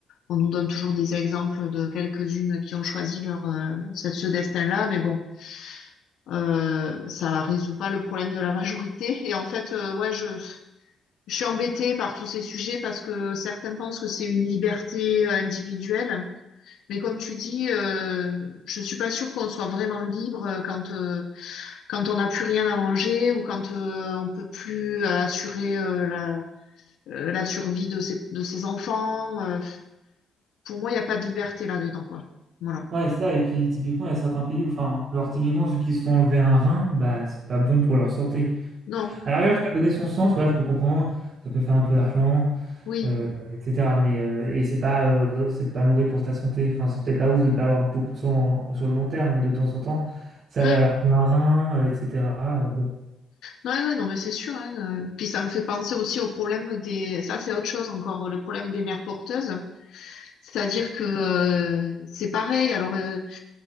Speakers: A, on the left; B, on the right.
A: on nous donne toujours des exemples de quelques-unes qui ont choisi leur euh, ce ce destin-là mais bon. Euh, ça résout pas le problème de la majorité. Et en fait, euh, ouais, je, je suis embêtée par tous ces sujets parce que certains pensent que c'est une liberté euh, individuelle. Mais comme tu dis, euh, je suis pas sûre qu'on soit vraiment libre euh, quand euh, quand on n'a plus rien à manger ou quand euh, on peut plus euh, assurer euh, la euh, la survie de ses de ses enfants. Euh, pour moi, il n'y a pas de liberté là-dedans, quoi. Voilà.
B: Ouais, c'est ça, et puis typiquement, il y a certains pays où, enfin, genre typiquement ceux qui se font enlever un rein, bah c'est pas bon pour leur santé.
A: Non.
B: Alors regarde, tu vas donner son sang, tu vois, je peux comprendre, ça peut faire un peu d'argent,
A: Oui.
B: euh, etc. Mais euh, et c'est pas, euh, c'est pas mauvais pour ta santé. Enfin, c'est peut-être pas ouf de pas avoir beaucoup de sang en- sur le long terme, mais de temps en temps, ça
A: Ah,
B: va. Alors pour un rein, euh, etc. euh, bon,
A: Ouais, ouais, non, mais c'est sûr, hein. euh. Puis ça me fait penser aussi au problème des, ça c'est autre chose encore, le problème des mères porteuses. C'est-à-dire que euh, c'est pareil. Alors euh,